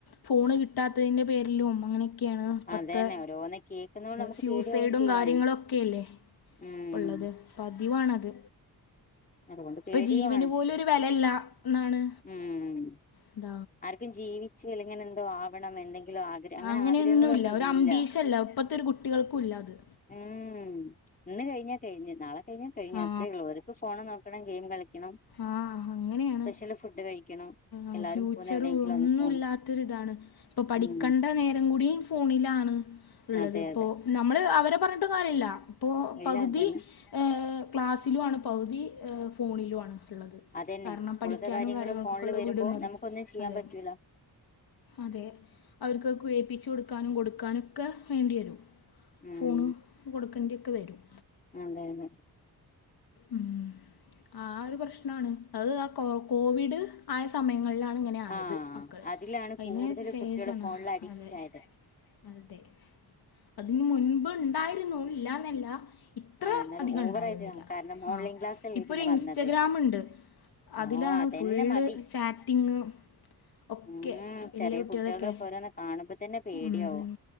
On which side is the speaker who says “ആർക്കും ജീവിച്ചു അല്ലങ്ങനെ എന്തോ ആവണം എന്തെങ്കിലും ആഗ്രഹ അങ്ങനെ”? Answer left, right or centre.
Left